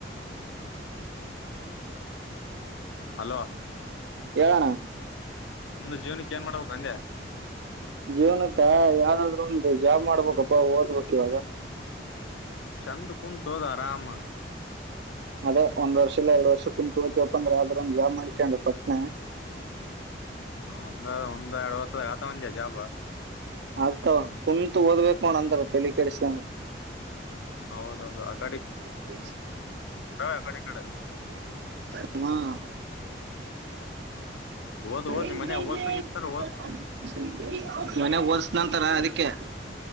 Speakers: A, on the left; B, on the right.
A: ಅಲ್ಲೋ
B: ಹೇಳಣ್ಣಾ
A: ಮುಂದ ಜೀವನಕ್ಕೆ ಏನ್ ಮಾಡ್ಬೇಕ ಅಂದೆ
B: ಜೀವನಕ್ಕ ಯಾವ್ದಾದ್ರು ಒಂದು ಜಾಬ್ ಮಾಡ್ಬೇಕಪ್ಪ ಓದ್ಬೇಕ್ ಇವಾಗ್
A: ಚೆಂದ ಕುಂತ್ ಓದ್ ಆರಾಮ.
B: ಅದೇ ಒಂದ್ ವರ್ಷ ಇಲ್ಲ ಎರಡು ವರ್ಷ ಕುಂತ್ ಓದ್ಬೆಕ್ಂದ್ರ ಆದ್ರ ಒಂದ್ ಜಾಬ್ ಮಾಡ್ಕೊಂಡು ಪಟ್ನ
A: ಒಂದ ಒಂದೆರಡ್ ವರ್ಷದಾಗ ಆತ ವಂದ್ಯಾ ಜಾಬ್
B: ಆಗ್ತಾವ ಕುಂತ್ ಓದಬೇಕು ನೋಡ್ ಅಂದ್ರ ತಲಿ ಕೆಡಿಸ್ಕೊಂಡು
A: ಹೌದೌದು ಆಗ್ತಾ
B: <unintelligible>
A: ಆ ಕಡಿ ಈ ಕಡೆ
B: ಹ್ಮಾ <unintelligible> <unintelligible>
A: ಓದ್
B: ಮನ್ಯಾಗ್
A: ಓದ್ ನಿಮ್ ಮನ್ಯಾಗ ಓದ್ಸಂಗಿತ್ತಂದ್ರ ಓದ್
B: ಓದಸ್ತೆನಿ ಅಂತಾರ್ ಅದ್ಕೆ <inaudible>